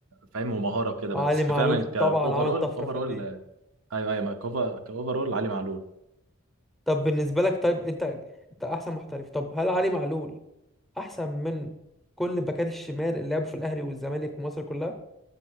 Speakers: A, on the right; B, in the centre.
A: فاهم ومهاره وكده
B: علي
A: بس فعلا
B: معلول
A: كاوفرول
B: طبعا عمل طفره
A: اوفرول
B: فنيه
A: ايوه ايوه ما كوفا كاوفرول علي معلول
B: طب بالنسبه لك طيب انت انت احسن محترف طب هل علي معلول احسن من كل باكات الشمال اللي لعبوا في الاهلي والزمالك ومصر كلها